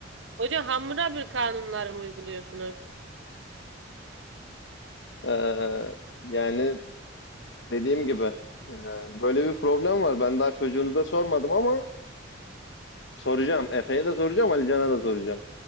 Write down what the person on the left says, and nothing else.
Ee, yani dediğim gibi e, böyle bir problem var. Ben daha çocuğunuza sormadım ama soracağım. Efe'ye de soracağım, Ali Can'a da soracağım.